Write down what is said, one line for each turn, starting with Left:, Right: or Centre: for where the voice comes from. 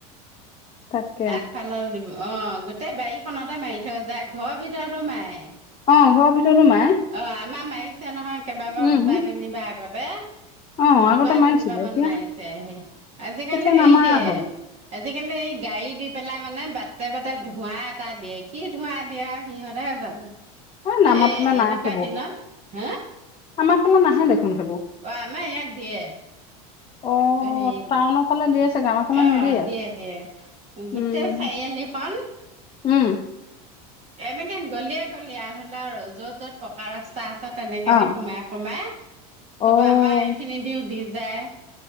Left: তাকে
Right: আগফালৰ দিব অ' গোটেই বাৰীখনতে মাৰি থৈ যায়, ঘৰৰ ভিতৰতো মাৰে।
Left: অ' ঘৰৰ ভিতৰতো মাৰে।
Right: অ' আমাৰ মাৰিছে নহয়, কেইবাবাৰো
Left: উম
Right: দুবাৰ তিনিবাৰ আগতে।
Left: অ আগতে
Right: দুবাৰ -
Left: মাৰিছিলে
Right: তিনিবাৰ মান
Left: এতিয়া
Right: মাৰিছে হে, আহি আজিকালি
Left: এতিয়া
Right: হেৰি
Left: নামাৰা
Right: দিয়ে
Left: হ'ল
Right: আজিকালি এই গাড়ী দি পেলাই মানে বাটে -বাটে ধোৱা এটা দিয়ে, কি ধুৱা দিয়ে <unintelligible> আৰু সিহঁতেহে জানে।
Left: হয় আমাৰ
Right: এ
Left: ফালে
Right: এনেকুৱা
Left: নাহে সেইবোৰ।
Right: দিনত হা
Left: আমাৰ ফালে নাহে দেখোন সেইবোৰ।
Right: অ' আমাৰ ইয়াক দিয়ে,
Left: অ
Right: এ' হেৰি।
Left: টাউনৰ ফালে দিয়ে চাগে আমাৰ ফালে
Right: অ'
Left: নিদিয়ে
Right: দিয়ে দিয়ে গোটেই
Left: উম
Right: চাৰিআলিখন।
Left: উম।
Right: এনেকে গলিয়ে, গলিয়ে আৰু ধৰি ল', য'ত -য'ত পকা ৰাস্তা আছে তা <unintelligible> তেনেকে
Left: অ
Right: দি সোমাই সোমাই, চবৰ
Left: অ
Right: আমাৰ এই খিনি দিও দি যায়।